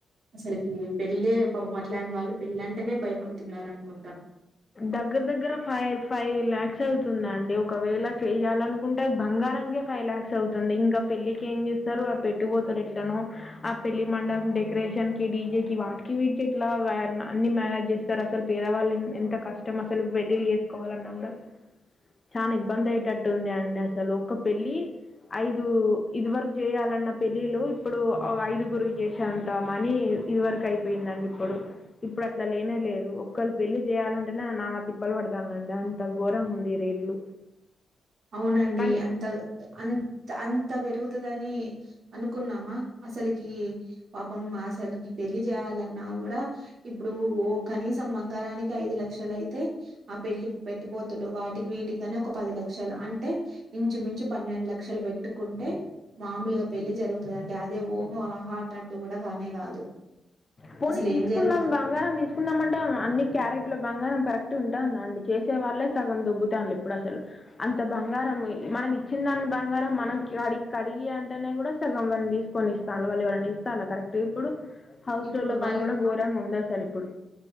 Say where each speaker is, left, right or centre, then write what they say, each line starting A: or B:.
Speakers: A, on the right; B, on the left.
A: అసరల కి పెళ్ళే పాప ఇలాంటి వాళ్ళ పెళ్ళంటనే భయపడుతున్నారు అనుకుంటా
B: దగ్గర దగ్గర ఫైవ్ ఫైవ్ ల్యాక్స్ అవుతుందండి ఒకవేళ చెయాలనుకుంటే బంగారంకే ఫైవ్ లలాక్స్ అవుతుంది ఇంకా పెళ్లికి ఏం చేస్తారు ఆ పెట్టుపోతలు ఎట్లనో ఆ పెళ్లి మండపం డెకరేషన్ కి డీజే కి వాటికి వీటికి ఎట్లా అన్ని మేనేజ్ చేస్తారు అసలు పేదవాళ్ళ ఎంత కష్టం అసలు పెళ్ళిలు చేసుకోవాలన్నా కూడా చాలా ఇబ్బంది అయేటట్టుంది అండి అసలు ఒక పెళ్ళి ఐదు ఇది వరకు చేయాలన్న పెళ్ళిలు ఇప్పుడు ఐదుగురు చేసేంత మనీ ఇది వరకు అయిపోయిందండి ఇప్పుడు ఇప్పుడు అట్లా లేనే లేదు ఒకళ పెళ్లి చేయాలంటేనే నానా తిప్పలు పడతాండ్రండి అంత ఘోరంగా ఉంది రేట్లు
A: అవునండి
B: కానీ
A: అంత అంత్ అంత్ అంత త పెరుగుతుందని అనుకున్నామా అసలుకి పాపం అసలుకి పెళ్లి చేయాలన్నా కూడా ఇప్పుడు ఓ కనీసం బంగారానికి ఐదు లక్షలు అయితే ఆ పెళ్లిి పెట్టిపోతులు వాటికి వీటికని ఒక పది లక్ష లక్షలు అంటే ఇంచుమించు పన్నెండు లక్షలు పెట్టుకుంటే మామూలుగా పెళ్లి జరుగుతుంది అండి అదే ఓహో ఆహా అన్నట్టు కూడా కానే కాదు
B: పోనీ
A: అసలు
B: తీసుకుందాం
A: ఏం జరుగుతుంది
B: బంగారం తీసుకుందాం అంటే అన్ని క్యారెట్ లో బంగారం కరెక్ ట్టి ఉంటుందండి చేసే వాళ్ళే సగం దొబ్బుతానర్లు ఇప్పుడు అసలు అంత బంగారం మనం ఇచ్చిన దాన్ని బంగారం మనం కడి కడిగి అంటేనే కూడా సగం వాళ్ళని తీసుకొని ఇస్తాను వాళ్ళు ఎవరైనా ఇస్తాను కరెక్ట్ ఇప్పుడు చోల
A: ఇప్పుడు
B: పని
A: వాళ్ళు
B: కూడా ఘోరంగా ఉంది అసలు ఇప్పుడు